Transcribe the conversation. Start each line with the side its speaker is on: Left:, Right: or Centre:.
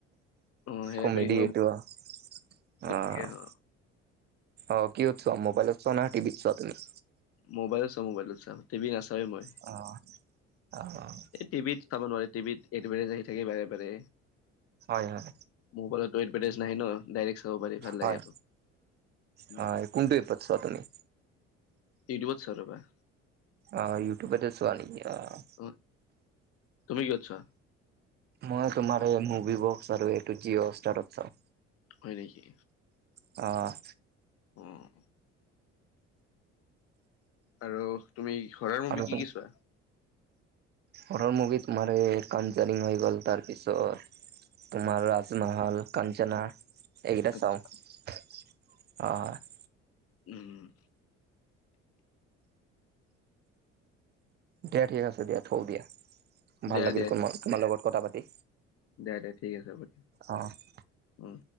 Left: অ', হেৰা
Right: কমেডি
Left: ফেৰিখনো
Right: এইটো। অ',
Left: থাকে অ
Right: অ' কিহত চোৱা মোবাইলত চোৱা নে টিভিট চোৱা তুমি?
Left: মোবাইলত চাঁও মোবাইলত চাঁও, টিভি নাচাওঁ মই।
Right: অ', অ', অ'।
Left: এই টিভিত চাব নোৱাৰি টিভিত এ'ডচবোৰ আহি থাকে বাৰে বাৰে।
Right: হয়, হয়।
Left: মোবইলট তো এডভেটাইছ নাহে ন? ডাইৰেক্ট চাব পাৰি ভাল লাগে
Right: হয়
Left: আৰু। উম
Right: হয় কোনটো এপত চোৱা তুমি
Left: ইউটিউবত চাও ৰ'বা।
Right: অ' ইউটউবটে চোৱা নিকি? অ'।
Left: অ' তুমি কিহ'ত চোৱা?
Right: মই তোমাৰ এই মুভি বক্স আৰু এইটো জিঅ' হটষ্টাৰত চাওঁ।
Left: হয় নেকি?
Right: অ'।
Left: উম। আৰু তুমি হৰৰ মুূ্ভি
Right: আৰু
Left: কি কি চোৱা?
Right: হৰৰ মুভি তো এই কানজাৰিং হৈ গ'ল, তাৰপিছত তোমাৰ ৰাজমহল কাঞ্চনা এইকেইটা
Left: আচ্ছা
Right: চাওঁ। অ' হয়।
Left: উম।
Right: দিয়া ঠিকে আছে দিয়া থও দিয়া। ভাল
Left: দিয়া
Right: লাগিল
Left: দিয়া
Right: ক তোমাৰ লগত কথা পাতি।
Left: দিয়া দিয়া ঠিক আছে হ'ব দিয়া
Right: অ'
Left: উম।